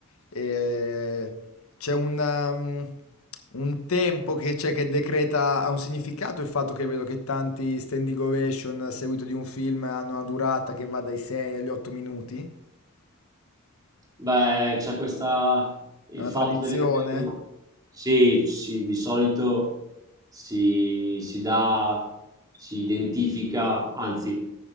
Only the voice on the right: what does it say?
Beh, c'è questa, il
fatto
delle serie, sì, sì, di solito si, si dà, si identifica, anzi,